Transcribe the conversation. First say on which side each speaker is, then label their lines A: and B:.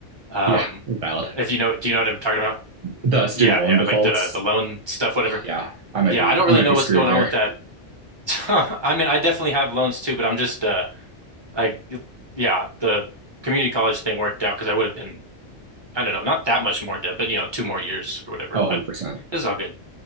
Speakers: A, on the right (about 25°); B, on the right (about 60°).
A: Um,
B: Yeah, valid.
A: if you know, do you know what I'm talking about?
B: the student
A: Yeah,
B: loan
A: yeah,
B: defaults.
A: like the the loan stuff, whatever.
B: Yeah, I might
A: Yeah,
B: be
A: I don't
B: I
A: really
B: might
A: know
B: be screwed
A: what's going
B: there.
A: on with that. <laughs> I mean, I definitely have loans too, but I'm just uh, I yeah, the community college thing worked out because I would have been, I don't know, not that much more in debt, but you know, two more years or whatever.
B: Oh, 100
A: But
B: percent.
A: it was all good.